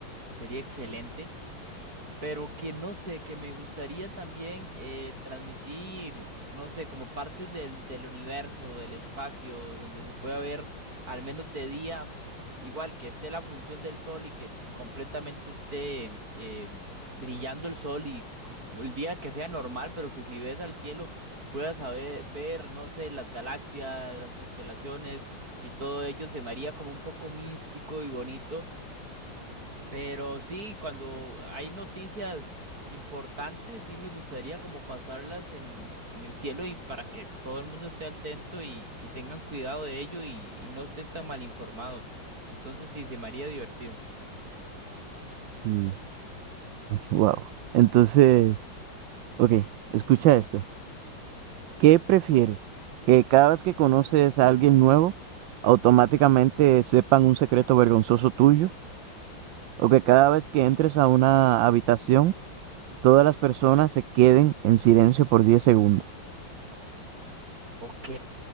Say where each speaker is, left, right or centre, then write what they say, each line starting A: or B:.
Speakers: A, on the right (about 45°); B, on the right (about 70°).
A: sería excelente pero que no sé, que me gustaría también eh, transmitir, no sé, como partes del, del universo, del espacio, donde se pueda ver al menos de día, igual que esté la función del sol y que completamente esté eh, brillando el sol y cu- el día que sea normal, pero que si ves al cielo puedas saber, ver, no sé, las galaxias, las constelaciones y todo ello se me haría como un poco místico y bonito. Pero sí, cuando hay noticias importantes, sí me gustaría como pasarlas en, en el cielo y para que todo el mundo esté atento y, y tengan cuidado de ello y, y no estén tan mal informados. Entonces sí, se me haría divertido.
B: Sí. Wow. Entonces... Ok, escucha esto. ¿Qué prefieres? ¿Que cada vez que conoces a alguien nuevo, automáticamente sepan un secreto vergonzoso tuyo? ¿O que cada vez que entres a una habitación, todas las personas se queden en silencio por 10 segundos?
A: Ok,